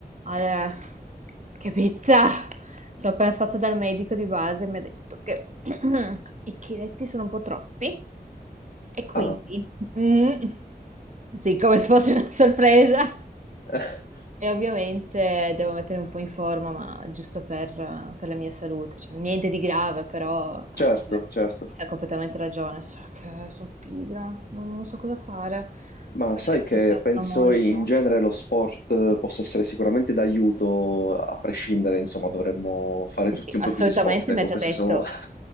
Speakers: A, on the right; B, on the left.
A: Eh, che pizza! Sono appena stata dal medico di base e mi ha detto che <clears throat> i chiletti sono un po' troppi e quindi,
B: Ah,
A: mm, sì, come se fosse una sorpresa.
B: eh,
A: E ovviamente devo mettere un po' in forma, ma giusto per, per la mia salute, cioè, niente di grave, però
B: certo, certo.
A: hai completamente ragione, solo che sono pigra, non, non so cosa fare,
B: Ma
A: Però
B: sai che
A: mi piacciono
B: penso
A: molto.
B: in genere lo sport eh, possa essere sicuramente d'aiuto, a prescindere, insomma, dovremmo fare
A: Sì,
B: tutti
A: sì,
B: un
A: assolutamente,
B: po' più di sport, ecco,
A: mi ha già
B: queste
A: detto,
B: sono... <laughs>